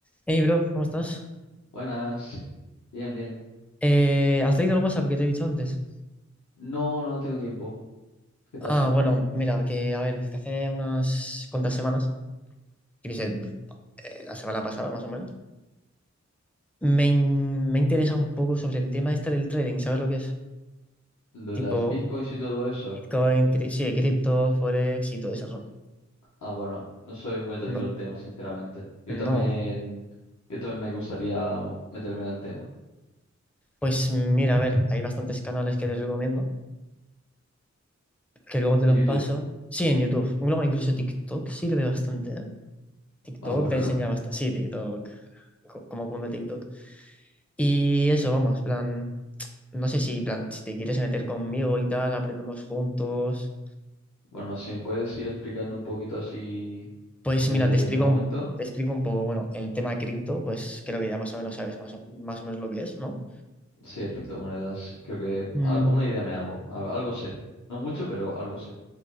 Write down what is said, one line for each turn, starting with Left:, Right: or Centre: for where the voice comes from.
Centre: Hey, bro, ¿cómo estás?
Left: Buenas, bien, bien.
Centre: Eh, ¿has leído el WhatsApp que te he dicho antes?
Left: No, no he tenido tiempo. ¿Qué pasa?
Centre: Ah, bueno, mira, que a ver, desde hace unas cuantas semanas, yo qué sé, eh, la semana pasada más o menos, me, in- me interesa un poco sobre el tema este del trading, ¿sabes lo que es?
Left: Lo de
Centre: Tipo
Left: las bitcoins y todo eso.
Centre: Bitcoin, cri- sí, cripto, Forex y todo ese rollo.
Left: Ah, bueno, no soy muy entendido
Centre: No,
Left: el tema, sinceramente. Yo
Centre: no.
Left: también, yo también me gustaría meterme en el tema.
Centre: Pues mira, a ver, hay bastantes canales que te recomiendo, que luego te
Left: De
Centre: los
Left: YouTube.
Centre: paso. Sí, en YouTube. Luego incluso TikTok sirve bastante, ¿eh? TikTok
Left: Ah, bueno.
Centre: te enseña
Left: <laughs>
Centre: bastante. Sí, TikTok. co- Como cunde TikTok. Y eso, vamos, plan, no sé si, plan, si te quieres meter conmigo y tal, aprendemos juntos.
Left: Bueno, si me puedes ir explicando un poquito así
Centre: Pues
Left: de,
Centre: mira, te explico
Left: de momento.
Centre: un, te explico un poco, bueno, el tema cripto, pues creo que ya más o menos sabes más o, más o menos lo que es, ¿no?
Left: Sí, las criptomonedas. Creo que
Centre: Mm,
Left: al- una idea me hago. Al- Algo sé. No mucho, pero algo sé.